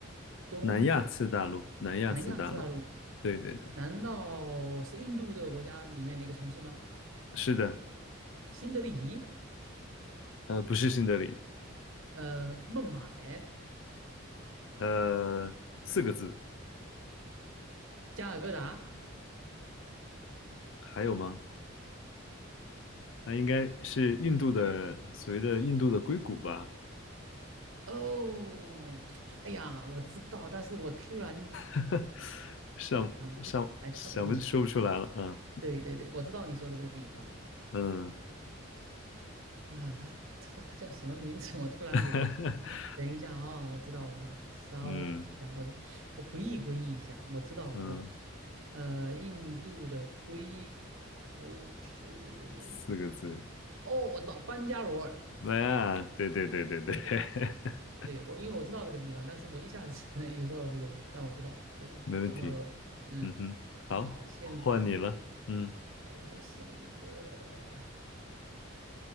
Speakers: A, on the right (about 80°); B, on the left (about 65°).
A: 东
B: 南亚次大陆，南亚次大陆，
A: 南亚次大陆？
B: 对对对，
A: 难道是印度这个国家里面的一个城市吗？
B: 是的，
A: 新德里？
B: 呃，不是新德里，
A: 呃，孟买、
B: 呃，四个字，
A: 加尔各答。
B: 还有吗？那应该是印度的，所谓的印度的硅谷吧，
A: 哦，哎呀，我知道，但是我突然间
B: <laughs> 上上想不说不出来了，
A: 想不起来他这个名。对对对，我知道你说的这个地方
B: 嗯
A: 啊，他他他他叫什么名字？<laughs> 我突然给，
B: 嗯。<laughs>
A: 等一下啊、我知道我知道，稍等一下，
B: 嗯
A: 我我回忆回忆一下，我知道我知道，
B: 嗯，
A: 呃，印度的硅谷是，
B: 四个字，
A: 哦，我知道班加罗尔。
B: 哎呀，对对对对对，
A: 对对对对，
B: <laughs>
A: 对我因为我知道这个地方，但是我一下子 <laughs> 有时候那个，但我知道，对对对，
B: 没问题。
A: 班加罗尔，嗯，
B: 嗯哼，好，
A: 好，现在
B: 换你了。嗯，
A: 我来想一个，好